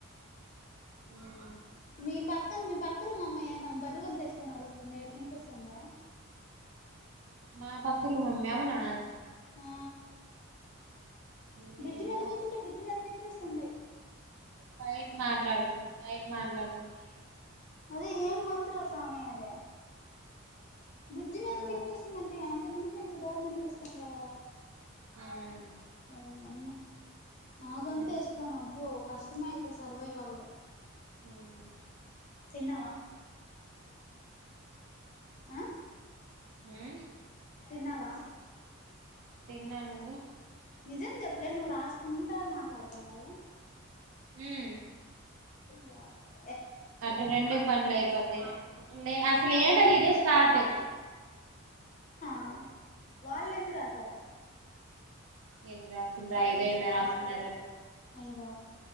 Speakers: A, on the right (about 75°); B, on the left (about 35°).
A: ఉమ్మ్.
B: మీ పక్కన, మీ పక్క రూమ్ అమ్మాయి ఏందీ ఆమె బర్రె గొంతు ఎసుకోని అరుస్తుంది. ఇడకి ఇనిపిస్తుందే.
A: మా పక్క రూమ్ అమ్మీ, అవునా.
B: ఆ
A: ఇదేమో
B: బ్రిడ్జ్ మీద కూర్చుంటే, బ్రిడ్జ్ మీదకి ఇనిపిస్తుంది.
A: బయట్ మాట్లాడుతుంది, బయట మాట్లాడుతుంది.
B: అదే ఏం గొంతురా, సామి అదే. బ్రిడ్జ్ మీదకి
A: ఆ
B: తినిపిస్తుందన్టే, అంత నుంచి ఇంత దూరం ఇనిపిస్త్ తుందా,
A: ఉమ్
B: ఓ అమ్మ. ఆ గొంతేసుకోని
A: ఉమ్
B: అబ్బో, కష్టమే అయితే సర్వైవ్ అవ్వడం.
A: ఉమ్
B: తిన్నావా. ఆ
A: ఉమ్.
B: తిన్నావా.
A: తిన్నా, నువ్వు?
B: నిజం జెప్పలే నువ్వు రాసుకుంటా, మాట్లాడ్తన్నావ్ గదా.
A: ఉమ్.
B: వాటర్.
A: అటు రెండు పన్లు అయిపోతాయి. లే అసలు ఏంటని ఇదే స్టార్ట్.
B: ఆ వాళ్ళేన్నీ
A: ఆ,
B: రాసారా.
A: ఎన్ని రాస్తున్నార్, ఐదో ఎన్నో రాస్తున్నారు.
B: అయిదా,